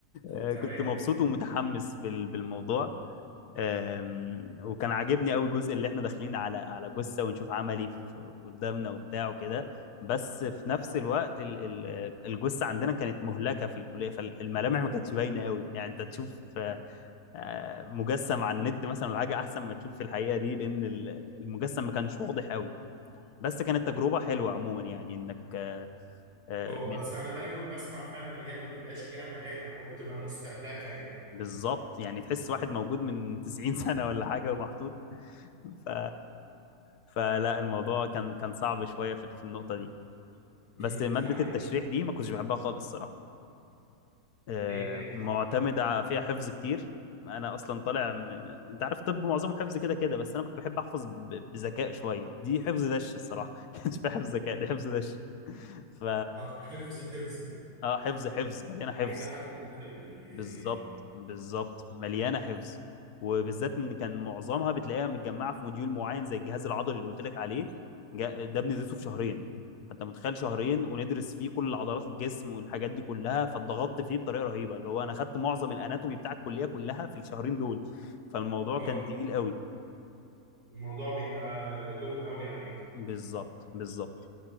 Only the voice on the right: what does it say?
تمام
اه
بس انا دايما بسمع فعلا ان هي ما بيبقاش ليها ملامح او بتبقى مستهلكة يعني
امم
ده حقيقي
ليه كانت صعبة
اه حفظ حفظ يعني
عايزه حد من ادبي ي-
ي-
اه
الموضوع بيبقى لود قوي عليك